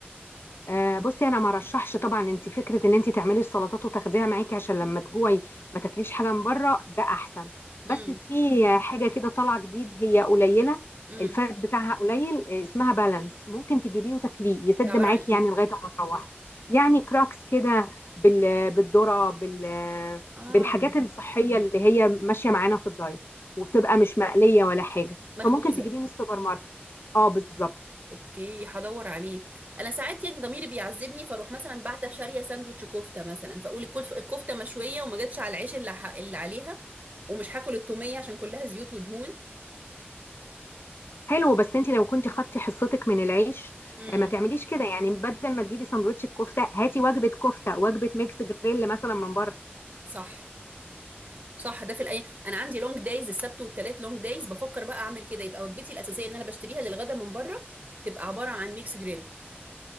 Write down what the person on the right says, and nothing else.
امم
امم
ده عباره
عن ايه
اه
مخبوزه
اوكي هدور عليه انا ساعات يعني ضميري بيعذبني فاروح مثلا بعت شاريه ساندوتش كفته مثلا فاقول الكف- الكفته مشويه وما جاتش على العيش اللي, ح... اللي عليها ومش هاكل التوميه عشان كلها زيوت ودهون
امم
صح صح ده في الايام انا عندي لونج دايز السبت والتلات لونج دايز بفكر بقى اعمل كده يبقى وجبتي الاساسيه ان انا بشتريها للغدا من بره تبقى عباره عن ميكس جريل